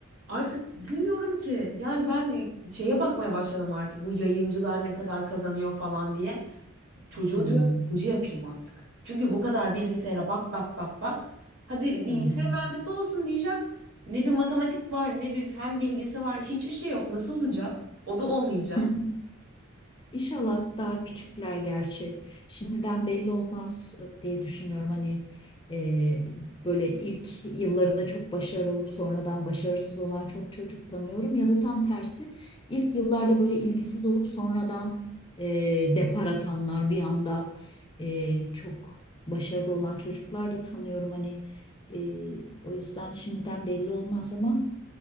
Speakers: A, on the right; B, on the left.
A: artık bilmiyorum ki. Yani ben de şeye bakmaya başladım artık bu yayıncılar ne kadar kazanıyor falan diye. Çocuğu
B: Hmm,
A: diyorum önce yapayım artık. Çünkü bu kadar bilgisayara bak bak bak bak. Hadi bilgisayar
B: hı hı.
A: mühendisi olsun diyeceğim. Ne bir matematik var, ne bir fen bilgisi var, hiçbir şey yok. Nasıl olacak? O da olmayacak.
B: <laughs> İnşallah daha küçükler gerçi. Şimdiden belli olmaz diye düşünüyorum. Hani e, böyle ilk yıllarında çok başarılı olup sonradan başarısız olan çok çocuk tanıyorum. Ya da tam tersi ilk yıllarda böyle ilgisiz olup sonradan e, depar atanlar bir anda e, çok başarılı olan çocuklar da tanıyorum. Hani e, o yüzden şimdiden belli olmaz ama.